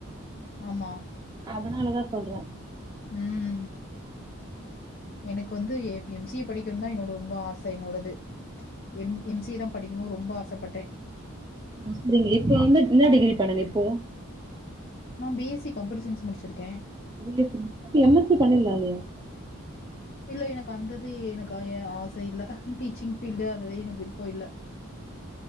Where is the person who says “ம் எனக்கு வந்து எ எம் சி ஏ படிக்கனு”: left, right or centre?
Left